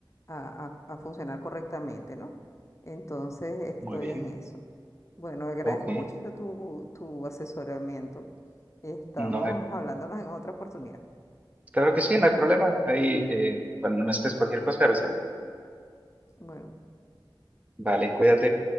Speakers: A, on the left (about 35°); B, on the right (about 15°).
A: a- a- a funcionar correctamente, ¿no? Entonces
B: Muy
A: estoy
B: bien.
A: en eso. Bueno, agradezco
B: Ok.
A: mucho tu, tu asesoramiento. Estamos
B: No hay-
A: hablándonos en otra oportunidad.
B: claro que sí, no hay problema. Ahí, eh, cuando necesites cualquier cosa, avísame.
A: Bueno.
B: Vale, cuídate.